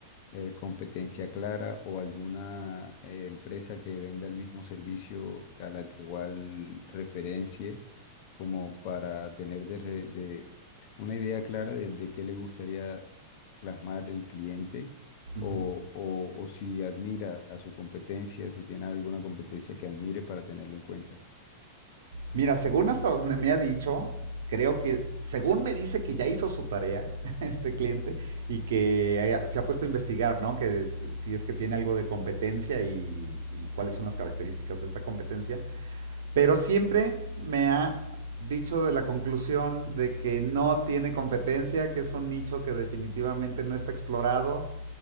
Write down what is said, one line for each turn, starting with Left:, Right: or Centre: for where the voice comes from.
Left: eh, competencia clara o alguna eh, empresa que venda el mismo servicio a la que igual referencie, como para tener de, re- de una idea clara de, de qué le gustaría plasmar el cliente
Right: Ujú.
Left: o, o, o si admira a su competencia, si tiene alguna competencia que admire para tenerlo en cuenta.
Right: Mira, según hasta donde me ha dicho, creo que, según me dice que ya hizo su tarea <laughs> este cliente y que haya- se ha puesto a investigar, ¿no? Que s- si es que tiene algo de competencia y, y cuáles son las características de esta competencia, pero siempre me ha dicho de la conclusión de que no tiene competencia, que es un nicho que definitivamente no está explorado